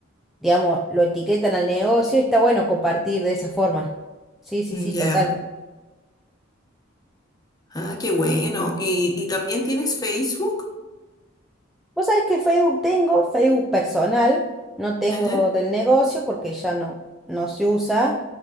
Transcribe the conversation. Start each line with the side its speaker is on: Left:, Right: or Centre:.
Centre: digamos, lo etiquetan al negocio y está bueno compartir de esa forma. Sí, sí, sí, total.
Left: Ya. Ah, qué bueno. ¿Y, y también tienes Facebook?
Centre: Vos sabés que Facebook tengo, Facebook personal, no tengo
Left: Ajá.
Centre: del negocio porque ya no, no se usa.